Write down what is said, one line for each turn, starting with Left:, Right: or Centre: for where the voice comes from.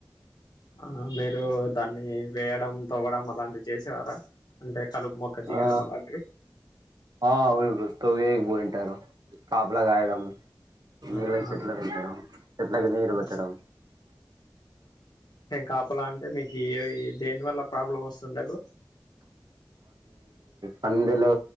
Left: ఆ మే ఇప్పుడు దాన్ని వేయడం తోవ్వడం అ లాంటివి చేసేవారా అంటే కలుపు మొక్క తీయడం
Right: ఆ
Left: అలాంటివి
Right: ఆ అవును బ్రో తోగేయనిక బోయింటారు కాపలా కాయడం నీళ్ళకి
Left: ఆ
Right: చెట్ల నింపడం చెట్లకి నీళ్లు
Left: ఆ
Right: వెట్టడం.
Left: నేం కాపలా అంటే మీకు ఏఇ దేని వల్ల ప్రాబ్లం వస్తుండే బ్రో.
Right: పందులు